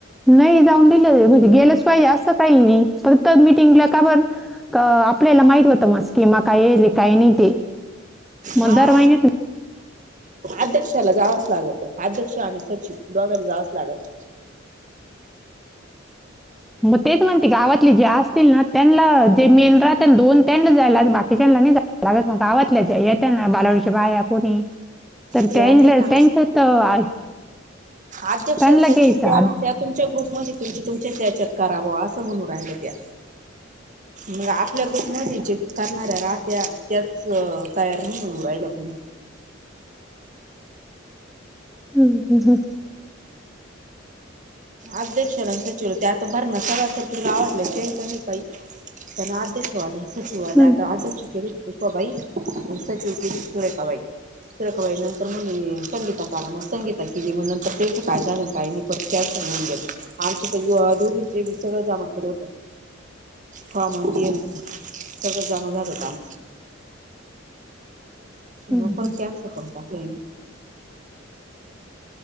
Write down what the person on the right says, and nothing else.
हा
अध्यक्षाला जावंच लागत अध्यक्ष आणि सचिव दोघांना जावंच लागत
त्या
नाही ना
अध्यक्ष
सचिव
म्हणत्या त्या तुमच्या ग्रुप म तुम तुमच्या याच्यात करावा असं म्हणून राहिल त्या मग आपल्या ग्रुपमध्ये जे करणाऱ्या राहत्या त्याच तयार नाही होऊ राहिल्या कोुणी
अध्यक्ष सचिव ते आता भर ना सगळ तर तुझ आवडलं त्यांच नाही काही पण आदशवाले सुशूवाले
आता आ श केली क भाई चकीूता भाई रखवाई नंतर मग संगीता करा मग संगीता केली मग नंतर त्यांच काय झालं काय म परत त्या गेल आमच तर दोघींचे सगळं जमा केलं होत फॉम सगळं जमा झाात होत आम
म परत कसल करू टाकलं